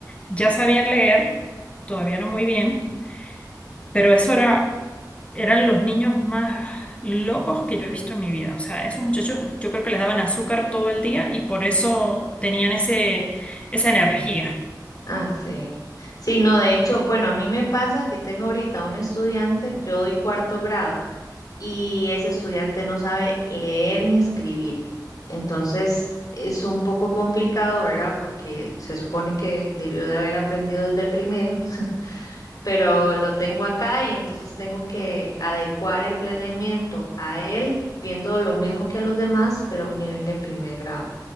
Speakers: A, on the left; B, on the left.
A: ya sabían leer, todavía no muy bien, pero eso era, eran los niños más locos que yo he visto en mi vida. O sea, esos muchachos yo creo que les daban azúcar todo el día y por eso tenían ese, esa energía.
B: Ah, sí. Sí, no, de hecho, bueno, a mí me pasa que tengo ahorita un estudiante, yo doy cuarto grado. y ese estudiante no sabe leer ni escribir. Entonces, es un poco complicado, ¿verdad? Porque se supone que debió de haber aprendido desde primero, pero lo tengo acá y entonces tengo que adecuar el planeamiento a él, viendo lo mismo que a los demás, pero a un nivel de primer grado.